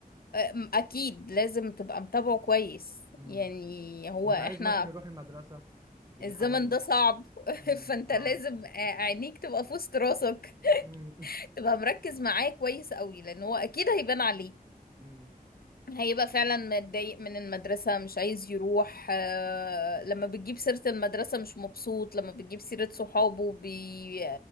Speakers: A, on the left (about 70°); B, on the right (about 20°).
A: أم- اكيد لازم تبقى متابعه كويس
B: امم
A: يعني هو
B: مش
A: احنا
B: عايز مثلا يروح المدرسة بيحاول
A: الزمن ده صعب <laughs>
B: امم
A: فانت
B: اه
A: لازم آه، عينيك تبقى في وسط راسك
B: امم
A: تبقى مركز معاه كويس قوي لان هو اكيد هيبان عليه
B: <laughs> امم
A: هيبقى فعلا متضايق من المدرسة مش عايز يروح آه، لما بتجيب سيرة المدرسة مش مبسوط لما بتجيب سيرة صحابه بي...